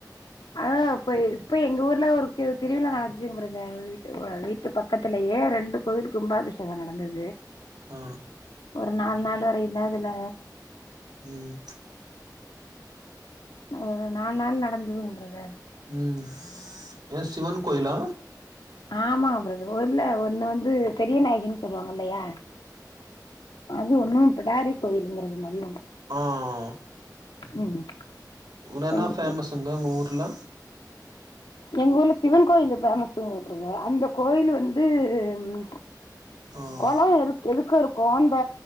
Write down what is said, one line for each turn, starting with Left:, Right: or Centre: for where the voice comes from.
Left: அதா இப்ப இப்ப எங்க ஊர்ல ஒரு கு திருவிழா நடந்துச்சுங்க பிரதர் வீட்டு வ வீட்டு பக்கத்துலயே ரெண்டு கோவில் கும்பாபிஷேக நடந்தது
Right: ஆ
Left: ஒரு நாலு நாள் வரை இல்லாதுல
Right: ம்
Left: ஒரு நாலு நாள் நடந்ததுங்க பிரதர்
Right: ம் ஏ சிவன் கோயிலா
Left: ஆமா பிரதர் ஒரில்ல ஒ இன்னொ வந்து பெரிய நாயகின்னு சொல்லுவாங்க அல்லையா அது ஒண்ணு பிடாரி கோயிலுங்கிறது மாரி ஒண்ணு
Right: ஆஹ்
Left: ம்
Right: உன என்னா
Left: ரெண்டு
Right: ஃபேமஸுங்க அங்க ஊர் ல்ல
Left: எங்கூர்ல சிவன் கோயில் ஃபேமஸ் <unintelligible> அந்த கோயில் வந்து ம்
Right: ஆ
Left: குளொ இருக் எதுக்கு இருக் கும் இந்த